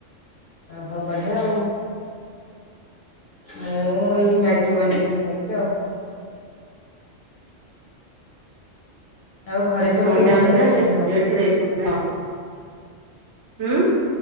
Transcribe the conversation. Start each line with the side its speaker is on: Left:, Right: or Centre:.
Left: ଓହୋ ବଢିଆ ଆଉ। ମୁଁ ଏଇ ମ୍ୟାଗି ବନେଇକି ଖାଇଚି ଆଉ। ଆଉ ଘରେ
Right: ଆଜି
Left: ସବୁ
Right: ସନଡେ୍
Left: କେମିତି
Right: ଅଛି ନା
Left: ଅଛନ୍ତି
Right: ଟିକେ
Left: ସମସ୍ତେ
Right: ଛୁଟି ଅଛି ଲେଟ୍ ସେଥିପାଇଁ ଆଉ‌ ହୁଁ।